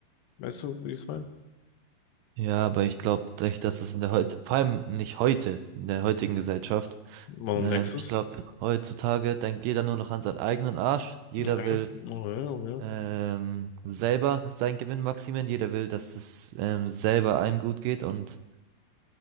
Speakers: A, on the left (about 80°); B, on the right (about 85°).
A: Weißt du, wie ich es meine?
B: Ja, aber ich glaube nicht, dass es in der heute, vor allem nicht heute, in der heutigen Gesellschaft.
A: Warum
B: Ähm,
A: denkst du
B: ich
A: es?
B: glaube, heutzutage denkt jeder nur noch an seinen eigenen Arsch. Jeder
A: Okay,
B: will
A: okay, okay.
B: ähm, selber seinen Gewinn maximieren. Jeder will, dass es ähm, selber einem gut geht. Und